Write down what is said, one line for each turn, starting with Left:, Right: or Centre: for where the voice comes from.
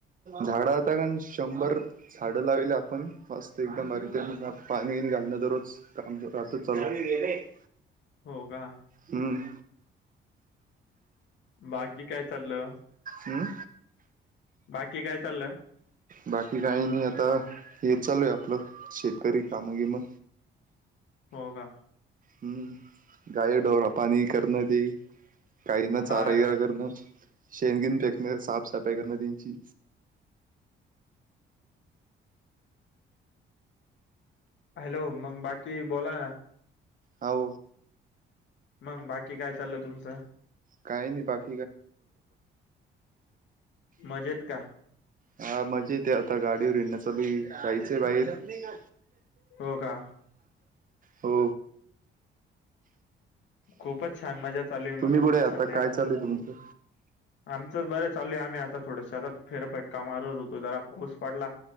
Right: झाडं आता गण शंभर झाडं लावलेली आपण मस्त एकदम भारी त्यांना पाणी घालणं दररोज काम राहतं चालू
Left: हो का
Right: हम्
Left: बाकी काय चालं
Right: हम्म
Left: बाकी काय चालं
Right: बाकी काही नाही आता हे चालू आहे आपलं शेतकरी कामं बीमं
Left: हो का
Right: हम्म गायी ढोर पाणी करणं ते गाईना चारा
Left: हा
Right: बीरा
Left: का
Right: करणं शेणगेन फेकण साफसफाई करणं त्यांची
Left: हॅलो मग बाकी बोला ना
Right: हो
Left: मग बाकी काय चालं तुमचं
Right: काही नाही बाक
Left: मजेत का?
Right: हा मजेत हे आता गाडीवर हिडण चालू हे जायचंय बाहेर
Left: हो का
Right: हो
Left: खूपच छान मजा चालू आहे
Right: तुम्ही
Left: मग तुमची
Right: कुठे आता
Left: सध्या
Right: काय चालय तुमचं?
Left: आमचं बरं चालय आम्ही आता थोडंसे आता फेरफेटका मारत होतो जरा पाऊस पडला